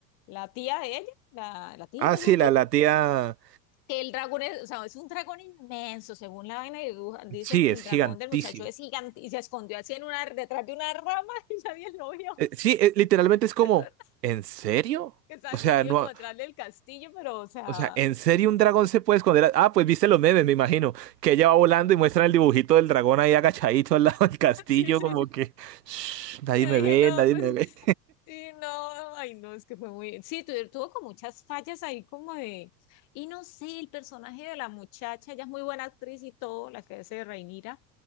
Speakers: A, on the left; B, on the right.
A: la tía de ella, la, la tía
B: ah,
A: de
B: sí,
A: la tía.
B: la, la tía...
A: Que el dragón es, o sea, es un dragón inmenso, según la vaina de dibuja, dicen
B: Sí,
A: que
B: es
A: el
B: gigantísimo.
A: dragón del muchacho es gigante y se escondió así en una, detrás de una rama <laughs> y nadie lo vio.
B: Eh, sí, eh, literalmente es como,
A: ¿Te acuerdas?
B: ¿en serio?
A: Que estaba
B: O
A: escondido
B: sea, no,
A: como detrás del castillo, pero, o sea,
B: o sea, ¿en serio un dragón se puede esconder? Ah, pues viste los memes, me imagino, que ella va volando y muestran el dibujito del dragón ahí agachadito al lado del castillo,
A: <laughs> sí, sí,
B: como que, "Shh, nadie
A: Yo
B: me
A: dije,
B: ve,
A: no,
B: nadie
A: pues
B: me ve.
A: sí, no, ay, no, es que fue muy, sí, tu- tuvo con muchas fallas ahí como de, y no sé, el personaje de la muchacha, ella es muy buena actriz y todo, la que hace de Reinira,